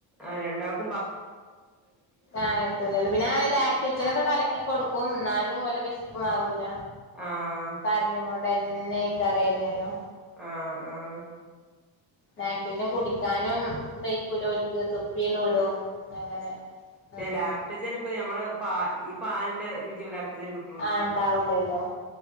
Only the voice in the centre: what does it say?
ആ രണ്ടാക്ക്
ഉം
ആഹ്
ആഹ് ആഹ്
ലാക്റ്റജൻ ഇപ്പൊ നമ്മള് പ ഈ പാലിന്റെ രുചി പോ ലാക്ടജൻ കിട്ട